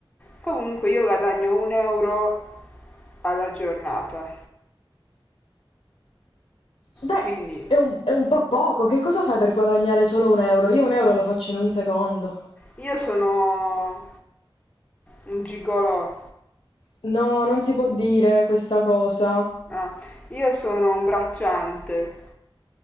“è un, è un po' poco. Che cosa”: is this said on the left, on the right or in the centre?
Left